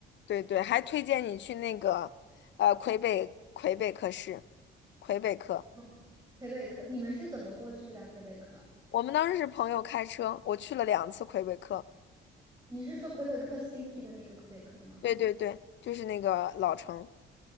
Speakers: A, on the left; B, on the right.
A: 对对，还推荐你去那个呃魁北魁北克市，魁北克。
B: 嗯，魁北克，你们是怎么过去的？魁北克，
A: 我们当时是朋友开车，我去了两次魁北克。
B: 你是说魁北克 City 的那个魁北克吗？
A: 对对对，就是那个老城，